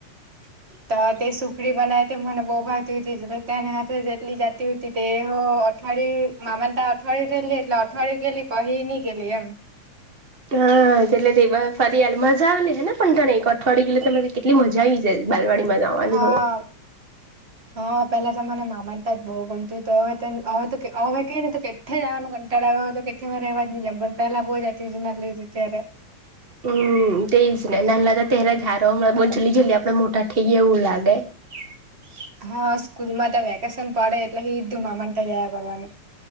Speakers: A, on the right (about 75°); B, on the right (about 30°).
A: ત... <inaudible>
B: તો તે સુખડી બનાવ તે મને બહુ ભાવતી હોતી તેને હા જેટલી જતી હતી તે હો અવા મામા તા અઠવાિયેલી એટલે અઠવાળય ગેલી પહીની ગે એમ
A: હા એટલે તે ફરી હ મજાલી છે ને પણ તને એક અઠવાડિયેલે તને કેટલી મજા આવી જાય. બાલવાડી માં જવાની
B: હા
A: હો
B: હા પેલા ત મને મામાનતા જ બહુ ગમતું હતું હવેવે તો હવે કઈ નને કેટલે જવાનું કંટાળ આવ્યો હતો <unintelligible> મારે એવાજ નહી જ પણ પેલા બહુ જતી ના લીધી ત્ય <unintelligible>
A: હમ તેજ ને નાન લતાા પરા ઝારો હમણાં બ જલ્લી જલ્લી આપડે મોટા થઈ ગયા એવું લાગે. હ <inaudible>
B: હા સ્કૂલમાં વેકેશન પડે એટલે સીધું મામાન ગયા કરવાનું.